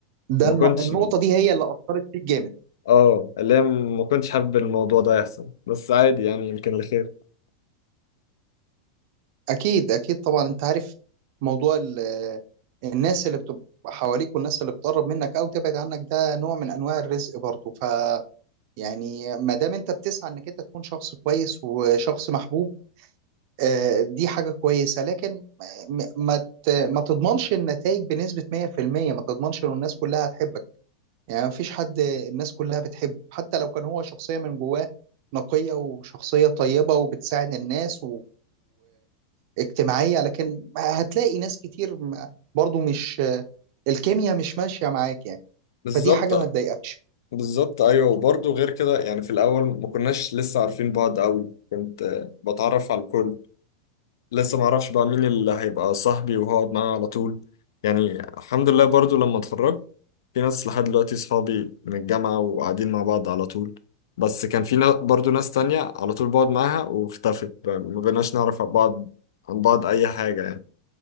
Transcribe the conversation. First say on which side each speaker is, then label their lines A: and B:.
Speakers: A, on the right; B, on the left.
A: ده
B: ما
A: الم...
B: كنتش
A: النقطه دي هي اللي اثرت فيك جامد
B: اه اللي هي ما كنتش حابب الموضوع ده يحصل بس عادي يعني يمكن لخير
A: اكيد اكيد طبعا انت عارف موضوع ال... الناس اللي بتبقى حواليك والناس اللي بتقرب منك او تبعد عنك ده نوع من انواع الرزق برضه ف يعني ما دام انت بتسعى انك انت تكون شخص كويس وشخص محبوب آه، دي حاجة كويسة لكن م- ما ت- ما تضمنش النتائج بنسبة 100% ما تضمنش ان الناس كلها هتحبك يعني ما فيش حد الناس كلها بتحبه حتى لو كان هو شخصية من جواه نقية وشخصية طيبة وبتساعد الناس و- واجتماعية لكن هتلاقي ناس كتير م- برضو مش الكيمياء مش ماشية معاك يعني
B: بالظبط
A: فدي حاجة ما تضايقكش
B: بالظبط ايوه وبرضه غير كده يعني في الاول ما كناش لسه عارفين بعض قوي كنت آه، بتعرف على الكل لسه ما اعرفش بقى مين اللي هيبقى صاحبي وهقعد معاه على طول يعني الحمد لله برضو لما اتخرجت في ناس لحد دلوقتي صحابي من الجامعة وقاعدين مع بعض على طول بس كان في نا- برضو ناس تانية على طول بقعد معاها واختفت بقى ما بقيناش نعرف عن بعض عن بعض أي حاجة يعني